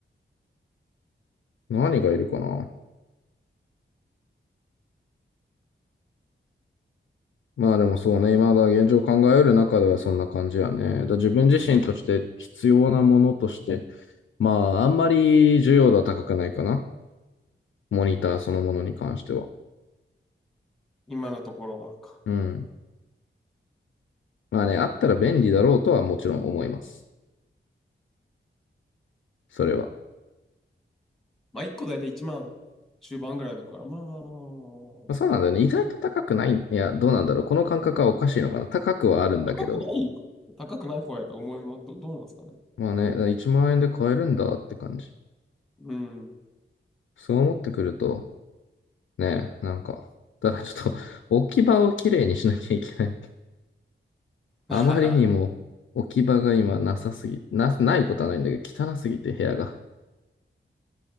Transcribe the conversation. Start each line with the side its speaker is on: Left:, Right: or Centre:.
Left: 何がいるかな。まあでもそうね、今だ現状考えうる中ではそんな感じやね。だから自分自身として必要なものとして、まああんまり重要度は高くないかな。モニターそのものに関しては。
Centre: 今のところはか。
Left: うん。まあね、あったら便利だろうとはもちろん思います。それは。
Centre: まあ1個だいたい1万中盤ぐらいだから、まあまあまあまあま
Left: まあそうなんだよね。
Centre: あ。
Left: 意外と高くない。いや、どうなんだろう。この感覚はおかしいのかな。高くはあるんだけど。
Centre: 高くないよ。高くない方やと思います。ど、どうなんですかね。
Left: まあね、だから1万円で買えるんだって感じ。
Centre: うん。
Left: そう思ってくると、ね、なんか、ただちょっと <laughs> 置き場をきれいにしなきゃいけない。あまりにも置き場が今なさすぎ、
Centre: <laughs>
Left: な、ないことはないんだけど、汚すぎて部屋が。